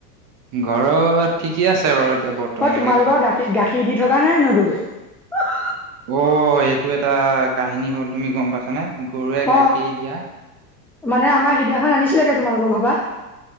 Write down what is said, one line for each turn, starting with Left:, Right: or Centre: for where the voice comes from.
Right: ঘৰত ঠিকে আছে বাৰু। এতিয়া বৰ্তমানলৈকে
Centre: অ', তোমালোকৰ গাখীৰ-গাখীৰ দি থকা নাই ন, গৰুয়ে?
Right: অ', এইটো এটা কাহিনী হ'ল, তুমি গম পাইছানে, গৰুৱে
Centre: অ
Right: গাখীৰ দিয়া
Centre: মানে আমাৰ সিদিনাখন আনিছিলোগে, তোমালোকৰ ঘৰ পৰা।